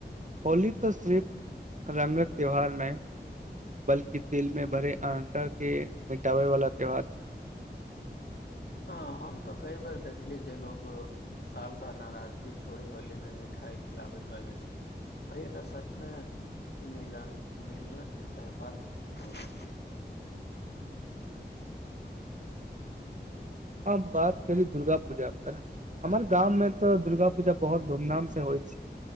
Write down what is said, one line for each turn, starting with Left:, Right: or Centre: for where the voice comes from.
Right: होली तऽ सिर्फ रंगक त्यौहार नहि बल्कि दिल मे भरे अहंकार के मिटाबै वाला त्यौहार छै
Left: हँ हम तऽ कई बेर देखली जे लोकोग साल भरि नाराजगी छोड़ी होलीमे मिठाइ खिलाबैत लागै छै आ ई तऽ सचमे मिलन मिलनके त्यौहार होइ-
Right: अ बात करी दुर्गा पूजा पर हमर गाँं में तऽ दुर्गा पूजा बहुत धूम धाम से होइ छै